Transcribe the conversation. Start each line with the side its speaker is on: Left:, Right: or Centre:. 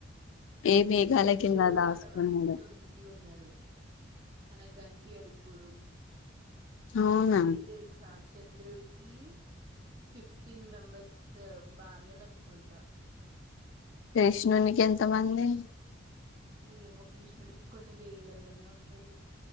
Left: ఏ మేఘాల
Right: చంద్రుడు
Left: కింద దాసుకున్నాడు
Right: వాళ్ళ వైఫ్ తో బిజీ ఉన్నాడు మనకి గన్పియాడిప్పుడు
Left: అవునా
Right: నీకు తెలుసా చంద్రుడికి ఫిఫ్టీన్ మెంబర్స్ భార్యలు అనుకుంటా
Left: కృష్ణునికి ఎంత మంది
Right: ఏమో కృష్ణుడికి కొన్ని వేలలోనే ఉంటారు